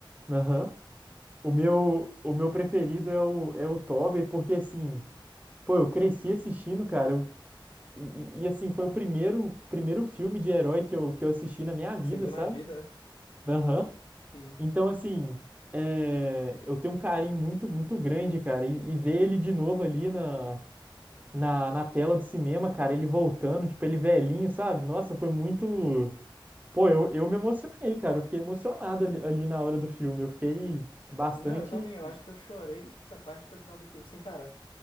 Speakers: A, on the right (about 20°); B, on the left (about 80°).
A: Aham. O meu, o meu preferido é o, é o Tobey, porque, assim, pô, eu cresci assistindo, cara, eu- e, e, e, assim, foi o primeiro, primeiro filme de herói que eu, que eu assisti na minha vida,
B: Você viu
A: sabe?
B: na vida, né?
A: Aham.
B: Sim.
A: Então, assim, é, eu tenho um carinho muito, muito grande, cara, e, e ver ele de novo ali na, na, na tela do cinema, cara, ele voltando, tipo, ele velhinho, sabe? Nossa, foi muito. Pô, eu, eu me emocionei, cara. Eu fiquei emocionado ali, ali na hora do filme. Eu fiquei bastante.
B: Não, eu também. Eu acho que eu chorei dessa parte até o final do filme sem parar.